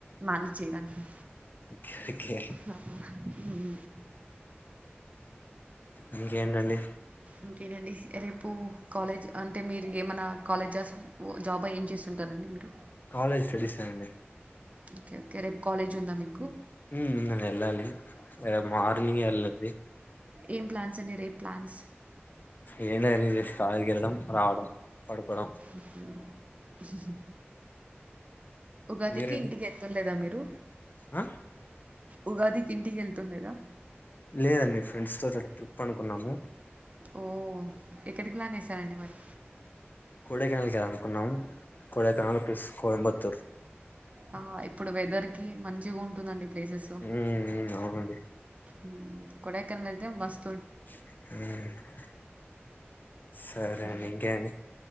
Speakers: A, on the right; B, on the left.
A: మనేజ్ చేయడానికి
B: ఓకే ఓకే.
A: ఉహ్ <unintelligible>
B: ఇంకా ఏండండీ
A: ఇంకేనండి రేపు కాలేజ్ అంటే మీరు ఏమన్నా కాలేజ్స్ ఓ జాబా ఏం చేస్తుంటారండి మీరు
B: కాలేజ్ స్టడీస్ అండి
A: ఓకే ఓకే రేపు కాలేజ్ ఉందా మీకు.
B: ఉహ్మ్ వెళ్ళాలి. మార్నింగే వెళ్ళలి
A: ఏం ప్లాన్స్ అండి రేపు ప్లాన్స్
B: ఏం లేదండి జస్ట్ కాలేజీకి వెళ్ళడం రావడం. పడుకోవడం
A: ఉహ్ హు స్స్ ఉగాదికి
B: మీరండి
A: ఇంటికి వెళ్తుంలేదా మీరు
B: ఆ
A: ఉగాది కి టికీ వెళ్తుండెరా
B: లేదండి ఫ్రెండ్స్ తో ట్రిప్ అనుకున్నాము.
A: ఓ ఎక్కడికి ప్లాన్ వేసారండి మరి
B: కొడైకెనాల్ కి వేలాలి అనుకున్నాము కొడైకెనాల్ ల్ ప్లస్ కోయబత్తూర్
A: ఆ, ఇప్పుడు వెదర్కి మంచిగా ఉంటుందండి ప్లేసెస్
B: ఉ హు అవునండి
A: ఉ కొడైకెనాల్ మస్త్
B: ఉ సరే
A: ఓకే
B: అండి ఇంకేమండి